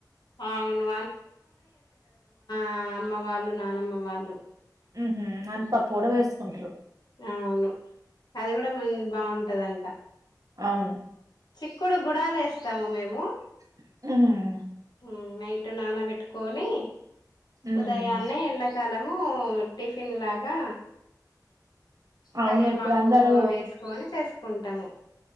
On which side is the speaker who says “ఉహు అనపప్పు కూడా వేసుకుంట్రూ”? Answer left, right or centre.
Right